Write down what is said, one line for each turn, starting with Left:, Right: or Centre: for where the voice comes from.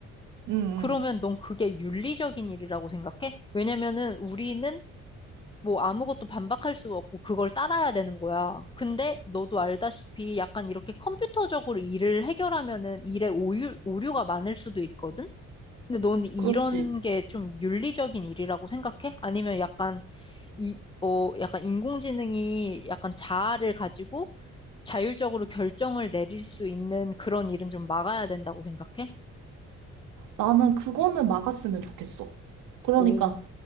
Right: 음 음.
Left: 그러면 넌 그게 윤리적인 일이라고 생각해? 왜냐면은 우리는 뭐 아무것도 반박할 수 없고 그걸 따라야 되는 거야. 근데 너도 알다시피 약간 이렇게 컴퓨터적으로 일을 해결하면은 일에 오류, 오류가 많을 수도 있거든? 근데 넌 이런
Right: 그렇지.
Left: 게 좀 윤리적인 일이라고 생각해? 아니면 약간 이, 어, 약간 인공지능이 약간 자아를 가지고 자율적으로 결정을 내릴 수 있는 그런 일은 좀 막아야 된다고 생각해?
Right: 나는 그거는 막았으면 좋겠어. 그러니까,
Left: 오,